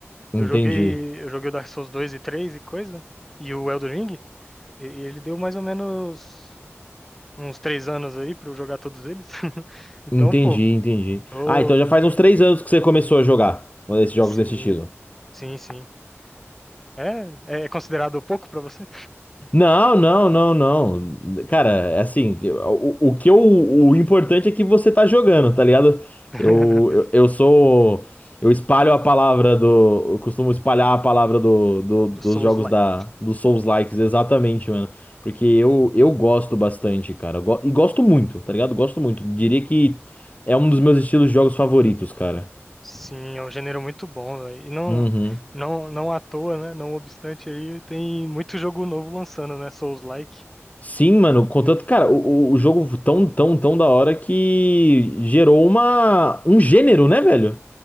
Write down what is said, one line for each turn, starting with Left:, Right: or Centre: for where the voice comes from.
Left: Entendi.
Centre: Eu joguei, eu joguei o Dark Souls 2 e 3 e coisa. E o Elden Ring. E e ele deu mais ou menos uns três anos aí pra eu jogar todos eles. <laughs> Então,
Left: Entendi,
Centre: pô,
Left: entendi.
Centre: tô-
Left: Ah, então já faz uns três anos que você começou a jogar esses jogos
Centre: sim,
Left: desse estilo.
Centre: sim, sim. É, é é considerado pouco pra você?
Left: Não, não, não, não. Cara, é assim, o, o que eu, o importante é que você tá jogando, tá ligado?
Centre: <laughs>
Left: Eu, eu, eu sou. Eu espalho a palavra do. Eu costumo espalhar a palavra do, do-
Centre: Do
Left: dos
Centre: Souls-like.
Left: jogos da, dos Souls-likes, exatamente, mano. Porque eu, eu gosto bastante, cara. Eu go- e gosto muito, tá ligado? Gosto muito. Diria que é um dos meus estilos de jogos favoritos, cara.
Centre: Sim, é um gênero muito bom, velho. E não,
Left: Uhum.
Centre: não, não à toa, né? Não obstante aí, tem muito jogo novo lançando, né? Souls-like.
Left: Sim, mano, contanto,
Centre: Eu...
Left: cara, o, o o jogo tão, tão, tão da hora que gerou uma, um gênero, né, velho?